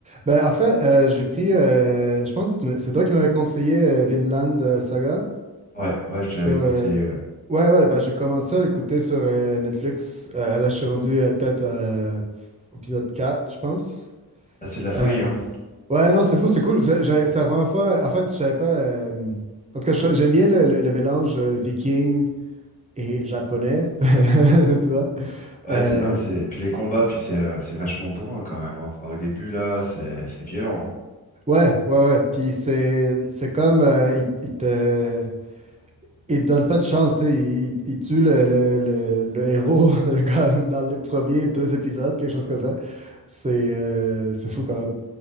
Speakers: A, on the right; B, on the left.
A: Ben, en fait, euh, j'ai pris. euh, je pense que tu me- c'est toi qui m'avais conseillé euh, Vinland euh, Saga.
B: Ouais, ouais, je te l'avais
A: Sur, euh,
B: conseillé. ouais.
A: Ouais, ouais, bah, j'ai commencé à l'écouter sur euh, Netflix. Euh, là, je suis rendu euh, peut-être euh, au épisode quatre je pense.
B: Ah, c'est de la folie,
A: Euh,
B: hein.
A: ouais, non, c'est fou, c'est cool. C'est j'ai- c'est la première fois. En fait, je savais pas. euh, en tout cas, je- j'aime bien le, le- le mélange euh, viking et japonais. <laughs> Tu vois?
B: Ouais,
A: Euh,
B: c'est non, mais c'est puis les combats, puis c'est euh, c'est vachement bourrin quand même. hein. Enfin, au début là, c'est c'est violent. hein.
A: ouais, ouais, ouais. Puis c'est c'est comme. euh, il, il te. Il te donne pas de chance, tu sais. Il, il- il tue le, le, le, le héros <laughs> comme dans les premiers deux épisodes, quelque chose comme C'est euh, c'est fou quand même.